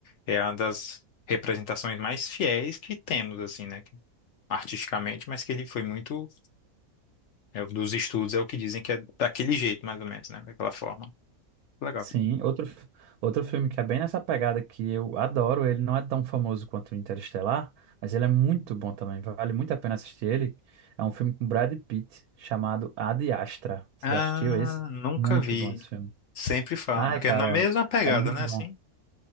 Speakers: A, on the left; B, on the right.
A: é uma das representações mais fiéis que temos, assim, né, que- artisticamente, mas que ele foi muito, é, dos estudos, é o que dizem que é daquele jeito, mais ou menos, né, daquela forma. Legal.
B: Sim, outro, f- outro filme que é bem nessa pegada que eu adoro, ele não é tão famoso quanto o Interestelar, mas ele é muito bom também, vale muito a pena assistir ele. É um filme com Brad Pitt chamado Ad Astra. Você
A: Ah,
B: já assistiu esse?
A: nunca
B: Muito
A: vi.
B: bom esse filme.
A: Sempre falam,
B: Ai,
A: que
B: cara,
A: é na mesma pegada,
B: é muito
A: né,
B: bom.
A: assim?